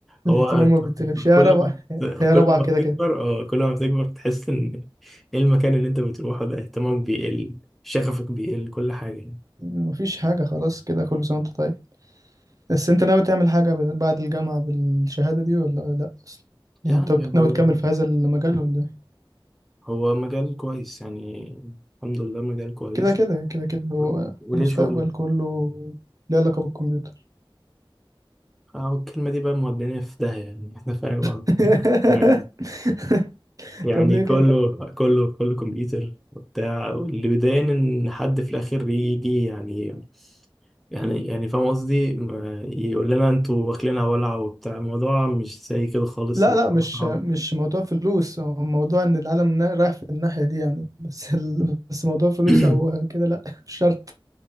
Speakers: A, on the right; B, in the centre.
A: الاهتمام
B: هو
A: ما
B: ك-
A: بتلفش يا
B: كل
A: ربع
B: ما
A: هي
B: كل
A: ربع
B: ما
A: كده
B: بتكبر
A: كده
B: اه كل ما بتكبر بتحس إن إيه المكان اللي أنت بتروحه ده اهتمامك بيقل شغفك بيقل كل حاجة يعني
A: مفيش حاجة خلاص كده كل سنة وانت طيب بس انت ناوي تعمل حاجة ب- بعد الجامعة بالشهادة دي ولا لا اصلا
B: يعني
A: يعني انت
B: هو
A: ناوي تكمل في هذا المجال ولا ايه؟
B: هو مجال كويس يعني الحمد لله مجال كويس
A: كده كده كده كده هو
B: و- وليه
A: المستقبل
B: شغل
A: كله ليه علاقة بالكمبيوتر
B: اه الكلمة دي بقى مودينا في داهية يعني <laughs> احنا فاهم غلط.
A: <laughs>
B: يعني يعني
A: طب ليه
B: كله
A: كده
B: كله كله كمبيوتر وبتاع واللي بيضايقني ان حد في الاخر يجي يعني يعني يعني فاهم قصدي ما- يقول لنا انتوا واكلينها ولع وبتاع الموضوع مش زي كده خالص
A: لا
B: الموضوع
A: لا مش
B: صعب
A: مش موضوع فلوس هو موضوع ان العالم نا- رايح في الناحية دي يعني بس ال... بس موضوع فلوس
B: <clears throat>
A: او كده لا مش شرط